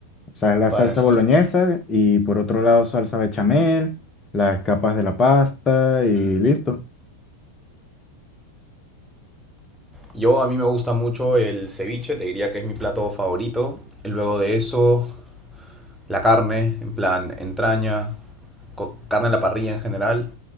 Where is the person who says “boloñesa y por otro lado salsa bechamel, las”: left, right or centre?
Left